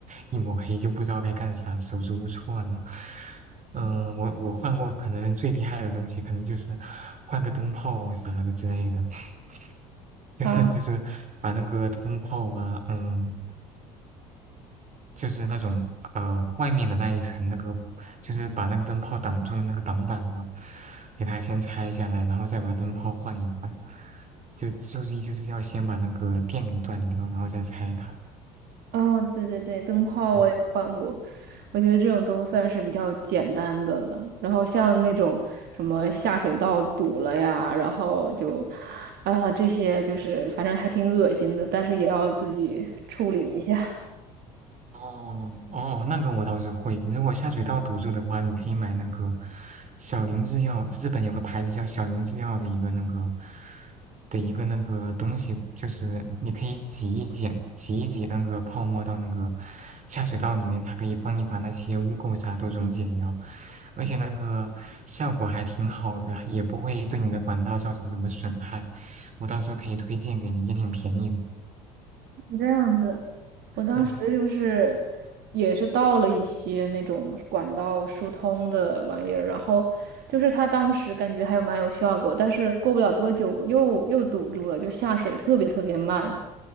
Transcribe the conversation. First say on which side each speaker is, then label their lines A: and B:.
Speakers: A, on the right (about 40°); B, on the right (about 60°).
A: 一抹黑，就不知道该干啥，手足无措呢。嗯、我我换过，可能最厉害的东西，可能就是换个灯泡啥的之类的，<laughs> 就是就是把那个灯泡啊，
B: 啊。
A: 嗯，就是那种呃外面的那一层那个，就是把那个灯泡挡住的那个挡板嘛，给它先拆下来，然后再把灯泡换一换，就注意就是要先把那个电给断掉，然后再拆它。
B: 哦，对对对，灯泡我也换过，
A: 嗯
B: 我觉得这种都算是比较简单的了。然后像那种什么下水道堵了呀，然后就，啊、这些就是反正还挺恶心的，但是也要自己处理一下。
A: 哦哦，那个我倒是会。如果下水道堵住的话，你可以买那个小林制药，日本有个牌子叫小林制药的一个那个的一个那个东西，就是你可以挤一挤，挤一挤那个泡沫到那个下水道里面，它可以帮你把那些污垢啥都溶解掉，而且那个效果还挺好的，也不会对你的管道造成什么损害。我到时候可以推荐给你，也挺便宜的。
B: 这样子，我当时就是也是倒了一些那种管道疏通的玩意儿，
A: 嗯。
B: 然后就是他当时感觉还有蛮有效果，但是过不了多久又又堵住了，就下水特别特别慢，